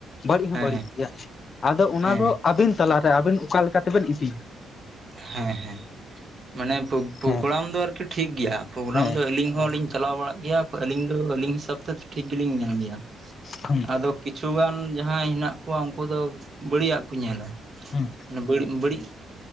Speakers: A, on the left; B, on the right.
A: ᱵᱟᱹᱲᱤᱡᱽ ᱦᱚᱸ
B: ᱦᱮᱸ
A: ᱵᱟᱹᱲᱤᱡᱽ ᱜᱮᱭᱟ ᱟᱫᱚ ᱚᱱᱟ
B: ᱦᱮᱸ
A: ᱫᱚ ᱟᱹᱵᱤᱱ ᱛᱟᱞᱟᱨᱮ ᱟᱵᱤᱱ ᱚᱠᱟ ᱞᱮᱠᱟ ᱛᱮ ᱵᱤᱱ ᱤᱫᱤᱭᱟ ᱾
B: ᱦᱮᱸ ᱦᱮᱸ ᱢᱟᱱᱮ ᱯᱨᱳᱜᱨᱟᱢ
A: ᱦᱮᱸ
B: ᱫᱚ ᱟᱨᱠᱤᱼᱼ ᱴᱷᱤᱠ ᱜᱮᱭᱟ ᱯᱨᱳᱜᱽᱨᱟᱢ
A: ᱦᱮᱸ
B: ᱫᱚ ᱟᱞᱤᱧ ᱦᱚᱸᱞᱤᱧ ᱪᱟᱞᱟᱣ ᱵᱟᱲᱟᱜ ᱜᱮᱭᱟ ᱟᱹᱞᱤᱧ ᱫᱚ ᱟᱹᱞᱤᱧ ᱦᱤᱥᱟᱹᱵᱽ ᱛᱮ ᱴᱷᱤᱠ ᱜᱮᱞᱤᱧ ᱧᱮᱞ ᱜᱮᱭᱟ ᱾
A: ᱦᱩᱸ
B: ᱟᱫᱚ ᱠᱤᱪᱷᱩᱜᱟᱱ ᱡᱟᱸᱦᱟᱭ ᱦᱮᱱᱟᱜ ᱠᱚᱣᱟ ᱩᱱᱠᱩ ᱫᱚ ᱵᱟᱹᱲᱤᱡᱟᱜ ᱠᱚ ᱧᱮᱞᱟ ᱾
A: ᱦᱩᱸ
B: ᱚᱱᱟ ᱵᱟᱹᱲᱤᱡᱽ ᱦᱚᱸ ᱵᱟᱹᱲᱤᱡᱽᱼᱼ